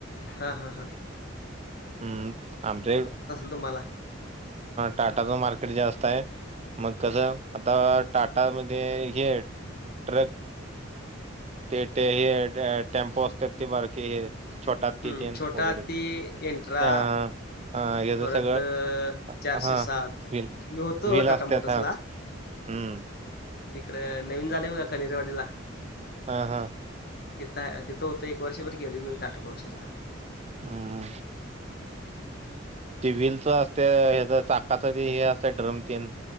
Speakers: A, on the left; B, on the right.
A: हा हा हा
B: हम्म आमच्या इकडं,
A: तुम्हाला
B: टाटाचं मार्केट जास्त आहे. मग कसं आता टाटामधे हे आहे ट्रक. ते तेे हे टेम्पो असतात, ती बारकी हे छोटा हत्ती
A: हम्म.
B: तेन
A: छोटा
B: वगैरे
A: ती एंट्रा
B: अं हा याच
A: परत
B: सगळं,
A: अ,
B: हा
A: चारशे सात
B: व्हील
A: मी होतो
B: व्हिल
A: टाटा
B: असत्यात
A: मोटर्सला.
B: हा. हम्म.
A: इकडं नवीन झाले बा कनरवाडीला
B: हं हं
A: तिथं तिथं होतं एक वर्षभर केली मी टाटा मोटर्सला.
B: हम. ते व्हीलचं असत्या, हेचं चाकाचं ते हे असत्या ड्रम तीन.